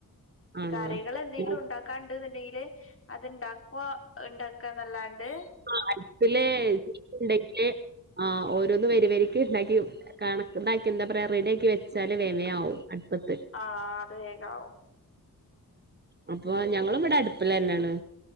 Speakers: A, on the right; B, on the left.
A: ആണോ
B: കറികൾ എന്തെങ്കിലും
A: ഉം
B: ഉണ്ടാക്കാണ്ട്ന്നുണ്ടെങ്കില് അത്ണ്ടാക്കവാ. ണ്ടാക്കാന്നല്ലാണ്ട്.
A: ആഹ് അടുപ്പില് തീജ്ജ്ണ്ടെങ്കില്, ആ ഓരോന്ന് വരിവരിക്ക് ഉണ്ടാക്കി വെക്കും. കണക്ക് താക്കി എന്താ പറയ, റെഡിയാക്കി വെച്ചാല് വേം വേം ആവും അടുപ്പത്ത്.
B: ആഹ് അത് വേകാവും.
A: അപ്പൊ ഞങ്ങളുംവ്ടെ അടുപ്പിലന്നെണ്.